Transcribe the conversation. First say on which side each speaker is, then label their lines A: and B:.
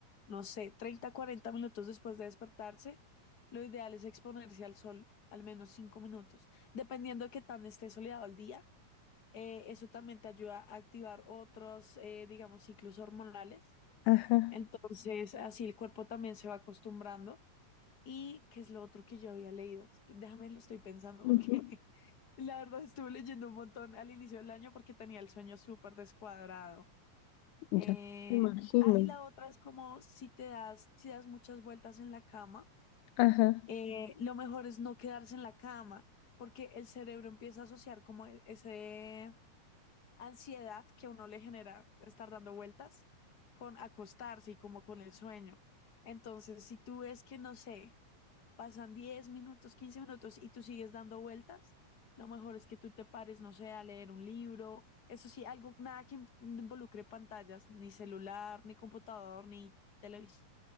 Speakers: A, on the left; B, on the left.
A: no sé, 30, 40 minutos después de despertarse, lo ideal es exponerse al sol al menos 5 minutos dependiendo de qué tan esté soleado el día, eh, eso también te ayuda a activar otros, eh, digamos, ciclos hormonales.
B: Ajá.
A: Entonces, así el cuerpo también se va acostumbrando. ¿Y qué es lo otro que yo había leído? Déjame, lo estoy pensando porque
B: Ujú.
A: <laughs> la verdad estuve leyendo un montón al inicio del año porque tenía el sueño súper descuadrado. Eh,
B: Ya me imagino.
A: ah, y la otra es como si te das, si das muchas vueltas en la cama,
B: Ajá.
A: eh, lo mejor es no quedarse en la cama porque el cerebro empieza a asociar como e- ese ansiedad que a uno le genera estar dando vueltas con acostarse y como con el sueño. Entonces, si tú ves que, no sé, pasan 10 minutos, 15 minutos y tú sigues dando vueltas, lo mejor es que tú te pares, no sé, a leer un libro, eso sí, algo, nada que in- involucre pantallas, ni celular, ni computador, ni televisión,